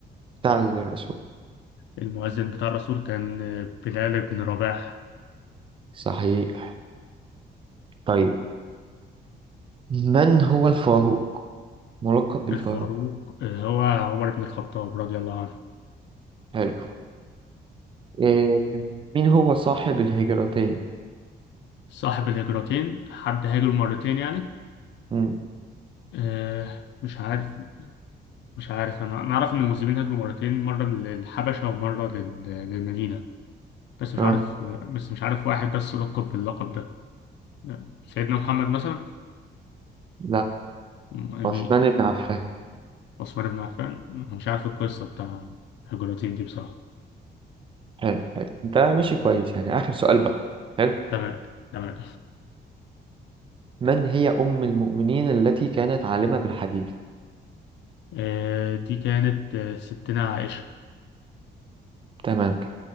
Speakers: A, on the right (about 30°); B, on the left (about 80°).
A: بتاع الرسول؟
B: المؤذن بتاع الرسول كان آه، بلال بن رباح
A: صحيح طيب من هو الفاروق ملقب بالفاروق
B: الفاروق آه، هو عمر بن الخطاب رضي الله عنه
A: حلو إيه مين هو صاحب الهجرتين
B: صاحب الهجرتين حد هاجر مرتين يعني
A: مم.
B: آه، مش عارف مش عارف انا انا اعرف ان المسلمين هاجروا مرتين مره للحبشه ومره لل- للمدينه بس مش
A: اه
B: عارف بس مش عارف واحد بس لقب باللقب ده آه، سيدنا محمد مثلا
A: لا
B: يعني
A: عثمان بن عفان
B: عثمان بن عفان مش عارف القصه بتاع الهجرتين دي بصراحه
A: حلو حلو ده ماشي كويس يعني آخر سؤال بقى حلو
B: تمام تمام
A: من هي أم المؤمنين التي كانت عالمة بالحديث
B: آه، دي كانت آه، ستنا عائشه
A: تمام كده